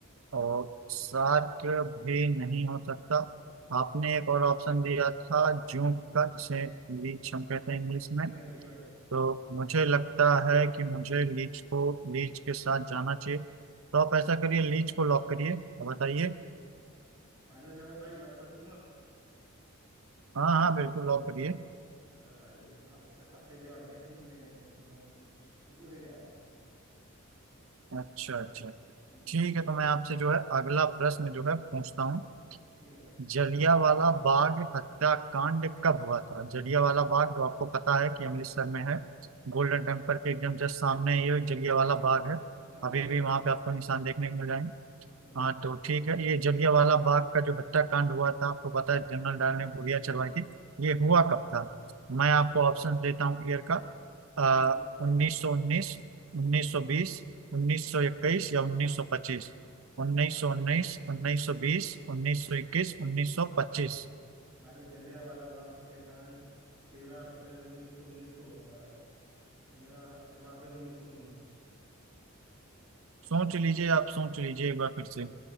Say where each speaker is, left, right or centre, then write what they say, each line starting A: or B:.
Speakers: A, on the right; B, on the right.
A: और शार्क भी नहीं हो सकता आपने एक और ऑप्शन दिया था जूक का जिसे लीच हम कहते हैं इंग्लिश में
B: जी भाई जी भाई
A: तो मुझे लगता है कि मुझे लीच को लीच के साथ जाना चाहिए तो आप ऐसा करिए लीच को लॉक करिए बताइए
B: फाइनल जवाब भाई लॉक कर दूं ना
A: हाँ हाँ बिल्कुल लॉक करिए
B: हाँ भाई अब से, अब सही जवाब दिया तुमने जॉ क्लीच बिल्कुल सही जवाब है
A: अच्छा अच्छा
B: हम्म
A: ठीक है तो मैं आपसे जो है अगला प्रश्न जो है पूछता हूँ
B: जी भाई
A: जलियांवाला बाग हत्याकांड कब हुआ था जलियांवाला बाग जो आपको पता है कि अमृतसर में है
B: हाँ
A: गोल्डन
B: भाई
A: टेम्पल के एकदम जस्ट सामने ही जलियांवाला
B: हाँ हाँ
A: बाग है
B: हाँ हाँ मैं
A: अभी भी
B: घूम
A: वहां
B: के आ
A: पे
B: चुका
A: आपको
B: हूँ
A: निशान देखने को मिल जाएंगे
B: हम्म
A: हाँ तो ठीक है ये जलियांवाला बाग का जो हत्याकांड हुआ था आपको पता है जनरल डायर ने गोलियां चलवाई थी
B: हम्म
A: ये
B: हम्म
A: हुआ कब था मैं आपको ऑप्शन देता हूँ ईयर का आ,
B: हम्म
A: 1919 1920
B: हम्म, हम्म,
A: 1921 या 1925 1919
B: भाई
A: 1920
B: हम्म
A: 1921 1925
B: भाई जलिया वाला बाग हत्याकांड तेरह अप्रैल उन्नीस सौ उन्नीस को हुआ था भाई तो मेरा जवाब है उन्नीस सौ उन्नीस
A: सोच लीजिए आप सोच लीजिए एक बार फिर से